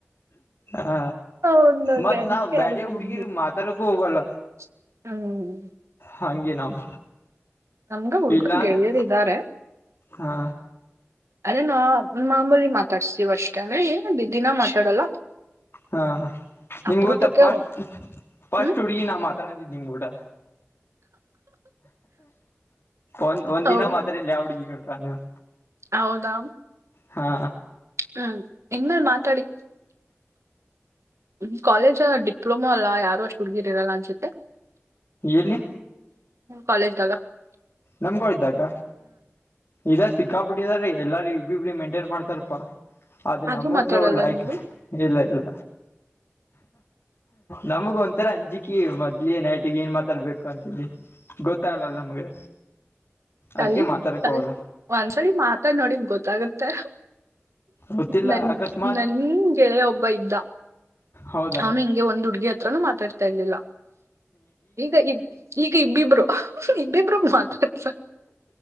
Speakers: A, on the left; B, on the right.
A: ಹ
B: ಹೌದೌದ್ರಿ
A: ಮತ್ತ್
B: ಅದಕ್ಕೆ
A: ನಾವ್ ಬೇರೆೆ
B: ಯಾರು ಸಿಗಲ್ಲ
A: ಹುಡ್ಗಿರ್ ಮಾತಾಡಕು ಹೋಗಲ್ಲ
B: ಹ್ಮ್
A: ಹಂಗೇ ನಾವು
B: ನಮ್ಗ ಹುಡ್ಗರು
A: ಇಲ್ಲಾ ಅಂದ್ರೆ
B: ಗೆಳೆಯರ್ ಇದಾರೆ
A: ಹಾ
B: ಅದೇ ನಾ ಮಾಮೂಲಿ ಮಾತಾಡ್ಸೀವ ಅಷ್ಟೇ ದಿನ ಮಾತಾಡಲ್ಲ
A: ಹಾ ನಿಮ್
B: ಅಪರೂಪಕ್ಕೆ
A: ಗೊತ್ತ ಫಸ್ಟ್ ಫಸ್ಟ್
B: ಹ್ಮ್
A: ಹುಡುಗಿ ನಾವು ಮಾತಾಡದಿದ್ ನಿಮ್ ಗುಟೇ ಒಂದ ಒಂದ
B: ಹೌದ್
A: ದಿನ ಮಾತ್ರ ಇಲ್ಲ ಹುಡ್ಗಿ ನೋಡ ವ
B: ಹೌದಾ
A: ಹಾ
B: ಹ್ಮ್ ಇನ್ಮೇಲೆ ಮಾತಾಡಿ ್ ಕಾಲೇಜ್ ಡಿಪ್ಲೊಮಾ ಅಲ್ಲ ಯಾರು ಅಷ್ಟು ಹುಡುಗಿ ಇರಲ್ಲ ಅನ್ಸುತ್ತೆ
A: ಎಲ್ಲಿ
B: ಕಾಲೇಜ್್ದಾಗ
A: ನಮ್ ಕಾಲೇಜ್ದಾಗ ಇದ ಸಿಕ್ಕಾ ಬಿಿಟ್ಟಿದಾರೀ ಎಲ್ಲಾರೂ ಇಬ್ಬಿಬ್ಬರನ ಮೆಂಟ್ ಏನ್ ಮಾಡ್ತಾರಪ್ಪಾ ಅದು
B: ಆದ್ರೂ
A: ನಮಗ್
B: ಮಾತಾಡಲ್ಲ
A: ಒ ಲೈಕ್
B: ನೀವು
A: ಇಲ್ಲ ಇಲ್ಲ ನಮಗ ಒಂಥರ ಅಂಜಿಕೆ ಅಾಕಿ ಮೊದ್ಲಿ ನೈಟಿಗೆ ಏನ್ ಮಾತಾಡ್ಬೇಕು ಅಂತಿ ಗೊತ್ತಾಗಲಲ್ಲ ನಮ್ಗೆ
B: ಕಲ
A: ಅದಕ್ಕೆ ಮಾತಾಡಕ್
B: ಕಲ
A: ಹೋಗಲ್ಲ
B: ಒಂದ್ಸರಿ ಮಾತಾಡ್ ನೋಡಿದ್ ಗೊತ್ತಾಗುತ್ತೆ
A: ಗೊತ್ತಿಲ್ಲ
B: ನನ್
A: ಅಕಸ್ಮಾತ್
B: ನನ್ ಗೆಳೆಯ ಒಬ್ಬ ಇದ್ದ
A: ಹೌದಾ
B: ಅವ್ನು ಹಿಂಗೆ ಒಂದು್ುಗಿ ಹತ್ರಾನು ಮಾತಾಡ್ತ ರಿಲಿಲ್ಲ ಈಗ ಈಗ ಇಬ್ಬಿಬ್ರು ಇಬ್ಬಿಬ್ರು ಮಾತಾಡ್ತ